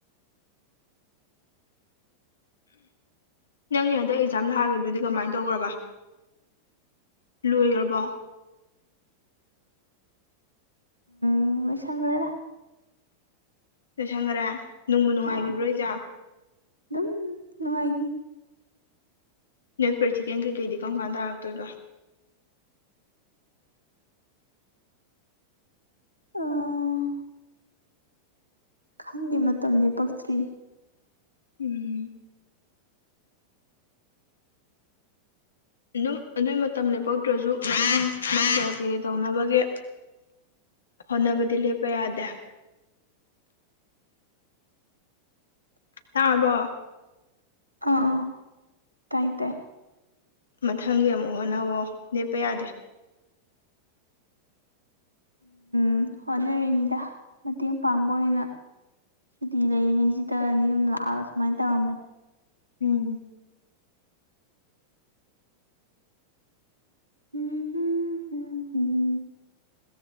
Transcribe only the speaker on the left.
ꯅꯪꯒꯤ ꯍꯟꯗꯛ ꯑꯦꯛꯖꯥꯝ ꯊꯥꯒ꯭ꯔꯤꯗꯨꯗꯤ ꯀꯃꯥꯏ ꯇꯧꯒ꯭ꯔꯥꯕ ꯂꯣꯏꯒ꯭ꯔꯥꯕꯣ
ꯂꯣꯏꯁꯤꯟꯒꯥꯔꯦ ꯅꯨꯡꯕꯨ ꯅꯨꯡꯉꯥꯏꯒꯤꯕ꯭ꯔꯣ
ꯑꯦꯛꯖꯥꯝ
ꯅꯣꯏ ꯄ꯭ꯔꯦꯛꯇꯤꯀꯦꯜ ꯀꯩꯀꯩꯗꯤ ꯀꯔꯝ ꯀꯥꯟ ꯇꯥꯔꯛꯇꯣꯏꯕ
ꯎꯝ ꯑꯗꯨꯝ ꯑꯗꯨꯏ ꯃꯇꯝ ꯂꯦꯞꯄꯛꯇ꯭ꯔꯁꯨ ꯃꯊꯪ ꯃꯥꯁꯇꯔꯒꯤ ꯇꯧꯅꯕꯒꯤ ꯍꯣꯠꯅꯕꯗꯤ ꯂꯦꯞꯄ ꯌꯥꯗꯦ ꯇꯥꯔꯕꯣ
ꯃꯊꯪꯒꯤ ꯑꯃꯨꯛ ꯍꯣꯠꯅꯧꯋꯣ ꯂꯦꯞꯄ ꯌꯥꯗꯦ
ꯎꯝ